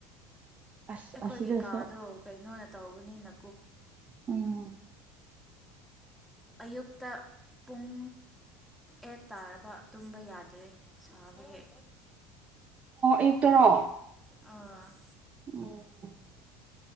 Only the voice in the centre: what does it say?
ꯑꯩꯈꯣꯏꯒꯤ
ꯀꯥꯗꯣ ꯀꯩꯅꯣ ꯅ ꯇꯧꯕꯅꯤꯅ
ꯑꯌꯨꯛꯇ ꯄꯨꯡ ꯑꯦꯠ ꯇꯥꯔꯕ ꯇꯨꯝꯕ ꯌꯥꯗ꯭ꯔꯦ ꯁꯥꯕꯒꯤ
ꯑ